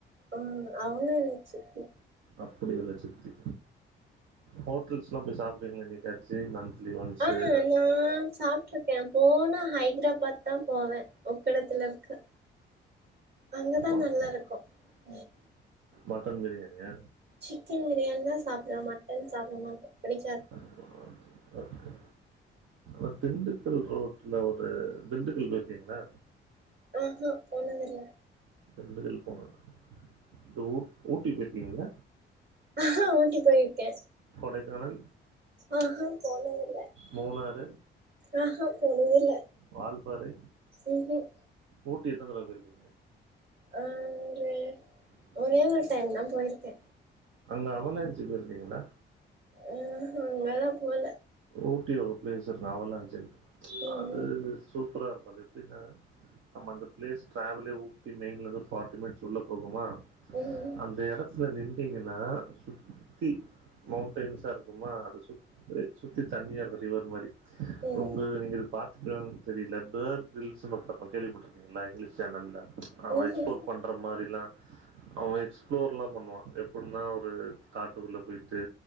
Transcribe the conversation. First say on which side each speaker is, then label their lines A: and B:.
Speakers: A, on the right; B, on the right.
A: ம் அவுங்க எனக் சித்தி
B: அப்டி உள்ள சித்தி ஹோட்டல்ஸ்லா போய் சாப்டுவீங்ளா இன்னிக் காசி மான்த்லி ஒன்ஸு
A: ஆ நா சாப்ட்ருக்கே போனா ஹைதராபாத்தா போவே ஒக்கடத்துல இருக் கு அங்கதா
B: ஓகே.
A: நல்லாருக்கு ம்
B: மட்டன் பிரியாணியா
A: சிக்கன் பிரியாணிதா சாப்டுவே மட்டன் சாப்ட மாட்ட புடிக்காது
B: ஓகே, ஓகே அ திண்டுக்கல் ரோட்ல ஒரு திண்டுக்கல் பேய்ருக்கீங்ளா
A: ஆஹா போனதில்ல
B: திண்டுக்கல் போனதில்ல ஊ ஊட்டி போய்ருக்கீங்கள
A: ஆஹா ஊட்டி போய்ருக்கே
B: கொடைக்கானல்
A: ஆஹ போனதில்ல
B: மூணாறு
A: ஆஹ போனதில்ல
B: வால்பாறை
A: ம்ஹும்
B: ஊட்டி எத்தன தடவ போய்ருக்கீங்க
A: ஆ ஒரு ஒரே ஒரு டைம்தா போய்ருக்கே
B: அங்கே அவலான்ச்சி போய்ருக்கீங்ளா
A: ஆஹ அங்காலா போல
B: ஊட்டி ஒரு பிளேஸ் இருக்கு அவலாஞ்சுன்
A: ம்
B: அது சூப்பரா இருக்கு அது அப்டினா நம்மந்த ப்ளேஸ் ட்ராவலே ஊட்டி மெயின்லருந்து ஃபாட்டி மினிட்ஸ் உள்ள போகுமா
A: ம்
B: அந்த எடத் துல நின்ட்டீங்கன்னா சுத்தி மவுண்டெய்ன்ஸா இருக்குமா அது சு சுத்தி தண்ணியா இருக்கு ரிவர் மாரி
A: ம்
B: உங்க நீங்க பாத் திங்ளா தெரிய <unintelligible> ஹில்ஸுன் ஒன்னிருக்கு கேள்விப்பட்டிருக்கீங்ளா இங்லீஷ் சேனல்ல அவ
A: ம்ஹும்
B: எக்ஸ்ப்லோர் பண் ற மாரிலா அவ எக்ஸ்ப்ளோர் லா பண்ணுவா எப்டின்னா ஒரு காட்டுக்குள்ள போயிட்டு